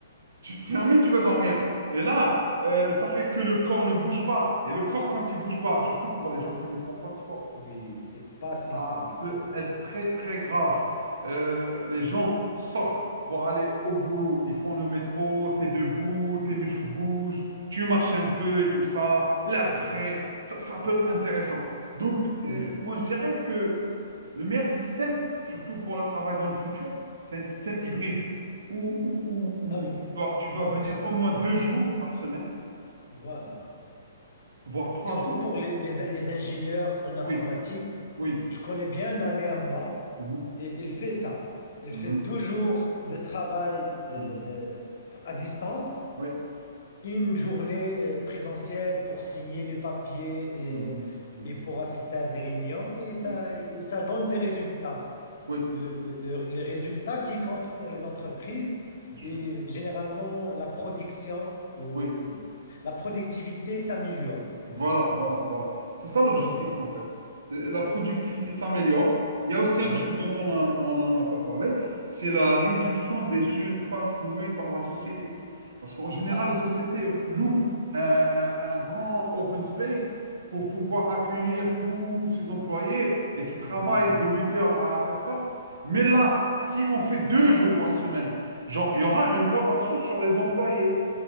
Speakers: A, on the right (about 80°); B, on the left (about 60°).
A: Tu te termines, tu vas dormir. Et là, euh, ça fait que le corps ne bouge pas. Et le corps, quand il bouge pas, surtout pour les gens qui ne font pas de sport,
B: Oui, c'est pas
A: ça
B: si simple,
A: peut
B: c'est vrai.
A: être très, très grave. Euh, les gens sortent pour aller au boulot. Ils font le métro, t'es debout, tes muscles bougent, tu marches
B: Ah,
A: un peu et tout ça, l'air
B: c'est
A: frais.
B: vrai,
A: Ça, ça peut être intéressant. Donc, euh,
B: oui.
A: moi, je dirais que le meilleur système, surtout pour le travail dans le futur, c'est un système
B: C'est...
A: hybride où, où- où- où
B: Ah oui,
A: tu dois, tu dois
B: entre...
A: venir au moins deux jours par semaine,
B: Voilà.
A: voire trois
B: Surtout
A: jours.
B: pour les, les- les ingénieurs en informatique.
A: Oui, oui.
B: Je connais bien un ami à moi
A: Mhm,
B: et il fait ça. Il
A: mhm,
B: fait deux jours de travail euh,
A: mhm.
B: euh, à distance,
A: Oui.
B: une journée euh, présentielle pour signer les papiers
A: Mhm,
B: et,
A: mhm.
B: et pour assister à des réunions et ça,
A: Oui,
B: et ça donne des résultats.
A: oui,
B: le, le- le- les résultats qui comptent pour les entreprises
A: bien sûr.
B: et généralement la production ou
A: Oui,
B: la productivité s'améliore.
A: voilà, voilà, voilà. C'est ça l'objectif,
B: C'est vrai.
A: en fait. Euh, euh, La productivité s'améliore. Il y a aussi un
B: Oui.
A: truc dont on en- on n'en a pas parlé, c'est la réduction des surfaces louées par la société. Parce qu'en général,
B: Ah oui.
A: les sociétés louent un, un- un grand open space pour pouvoir accueillir tous ses employés et qui travaillent
B: Oui.
A: de 8 heures à 4 heures. Mais là, si on fait deux jours par semaine, genre, il y aura une rotation sur les employés.